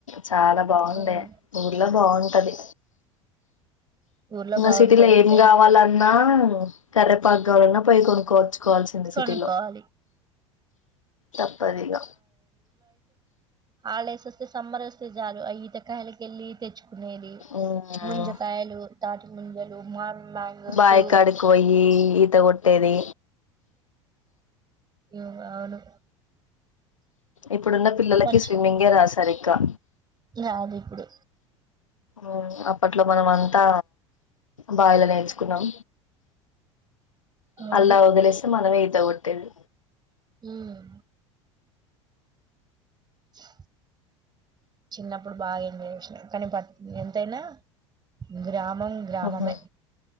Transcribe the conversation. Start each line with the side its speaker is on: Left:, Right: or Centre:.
Left: చాలా బాగుండా
Right: ఉమ్.
Left: ఊర్లో బాగుంటది
Right: ఊర్లో
Left: ఇంగ
Right: బాగుంటది
Left: సిటీలో
Right: ఎంతైనా
Left: ఏం గావాలన్నా కరేపాక్ కావాలన్నా పొయి కొనుక్కోవచ్చుకోవాల్సింది
Right: కొనుక్కోవాలి
Left: సిటీలో తప్పదిగా
Right: హాల్డేస్ వస్తే సమ్మర్ వస్తే జాలు అ ఈతకాయల కెల్లి తెచ్చు కునేది
Left: మ్మ్
Right: ముంజకాయలు తాటి ముంజలు మామి మ్యాంగోసు
Left: బాయి కాడికి పోయి ఈత కొట్టేది
Right: యో అవును
Left: ఇప్పుడున్న పిల్లలకి
Right: కొంచెం
Left: స్విమ్మింగే రాదు సరిగ్గా
Right: రాదు ఇప్పుడు
Left: ఊ అప్పట్లో మనం అంతా బావిలో నేర్చుకున్నాం
Right: అవును
Left: అల్లా వదిలేస్తే మనంమే ఈత కొట్టేది
Right: ఉమ్ ఛా చిన్నప్పుడు బాగా ఎంజాయ్ చేసినం కానీ బట్ ఎంతైనా గ్రా గం గ్రామమే
Left: ఉహు